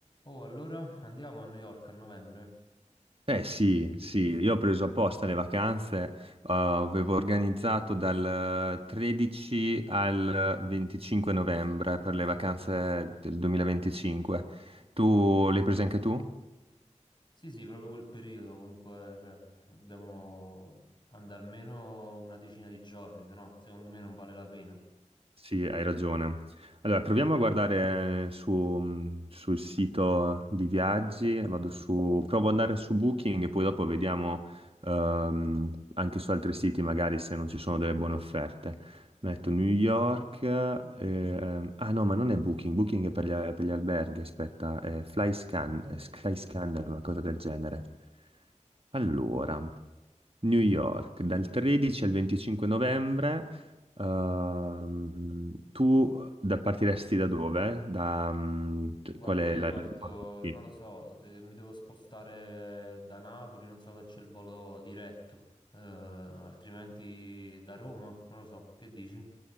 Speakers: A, on the left; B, on the right.
A: Oh, allora andiamo a New York a novembre?
B: Eh sì, sì, io ho preso apposta le vacanze, eh, avevo organizzato dal 13 al 25 novembre per le vacanze del 2025. Tu le hai prese anche tu?
A: Sì, sì, proprio quel periodo, comunque, cioè, dobbiamo andare almeno una decina di giorni, se no, secondo me non vale la pena.
B: Sì, hai ragione. Allora, proviamo a guardare su- sul sito di viaggi, vado su, provo ad andare su Booking e poi dopo vediamo ehm, anche su altri siti magari se non ci sono delle buone offerte. Metto New York, ehm, ah no, ma non è Booking, Booking è per gli, è per gli alberghi, aspetta, è Flyscan, è Skyscanner, una cosa del genere. Allora. New York, dal 13 al 25 novembre, ehm, tu da- partiresti da dove? Da, mm, cioè,
A: Guarda,
B: qual è
A: io
B: la...
A: parto,
B: sì,
A: non lo so, se mi devo spostare da Napoli, non so se c'è il volo diretto, eh, altrimenti da Roma, non lo so, che dici?